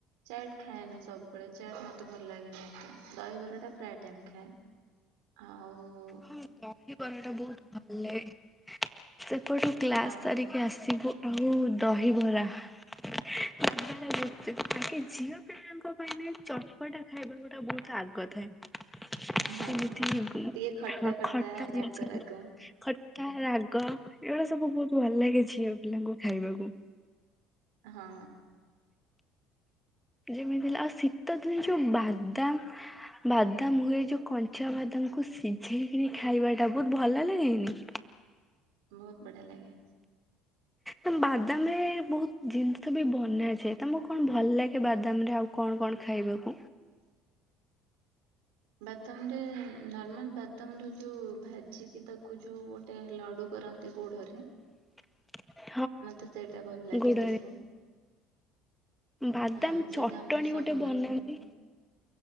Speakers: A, on the right; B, in the centre.
A: ଚାଟ୍ ଖାଏନି ସବୁବେଳେ ଚାଟ ମତେ ଭଲ ଲାଗେନି ଏତେ ଦହିବରା ଟା ପ୍ରାୟ ଟାଇମ ଖାଏ। ହଉ
B: ହଁ ଦହିବରା ଟା ବହୁତ ଭଲ ଲାଗେ। ସେପଟୁ କ୍ଲାସ
A: ହଁ
B: ସାରିକି ଆସିବୁ। ଆଉ ଦହିବରା <unintelligible> ଝିଅ ପିଲାଙ୍କ ପାଇଁ ଚଟପଟା ଖାଇବାକୁ ଗୋଟେ ବହୁତ ଆଗ୍ରହ ଥାଏ।
A: ହଁ
B: ସେମିତି
A: ଟିକେ ଖଟା
B: ହଁ
A: ଖଟା
B: ଜିନିଷ
A: ରାଗ ରାଗ।
B: ଖଟା ରାଗ ଏଇଗୁରା ସବୁ ବହୁତ ଭଲ ଲାଗେ ଝିଅ ପିଲାଙ୍କୁ ଖାଇବାକୁ।
A: ହଁ।
B: ଯେମିତି ହେଲେ ଆଉ ଶୀତ ଦିନ ଯୋଉ ବାଦାମ ବାଦାମ ହୁଏ ଯୋଉ କଞ୍ଚା ବାଦାମକୁ ସିଝେଇକି ଖାଇବା ଟା ବହୁତ ଭଲ ଲାଗେନି?
A: ବହୁତ ବଢିଆ ଲାଗେ।
B: ତ ବାଦାମ ରେ ବହୁତ ଜିନିଷ ବି ବନାଯାଏ ତମକୁ କଣ ଭଲ ଲାଗେ ବାଦାମ ରେ ଆଉ କଣ କଣ ଖାଇବାକୁ?
A: ବାଦାମ ରେ ନର୍ମାଲ ବାଦାମ ର ଯୋଉ ଭାଜିିକି ତାକୁ ଯୋଉ ଗୋଟେ ଲଡ଼ୁ କରନ୍ତି ଗୁଡରେ
B: <inaudible>
A: ମତେ ସେଇଟା ଭଲ ଲାଗେ
B: ଗୁଡରେ
A: ବେଶୀ।
B: ବାଦାମ
A: ହଁ ସେଇଟା
B: ଚଟଣି
A: ଆମର ସବୁବେଳେ
B: ଗୋଟେ ବନାନ୍ତି
A: ହୁଏ ପା।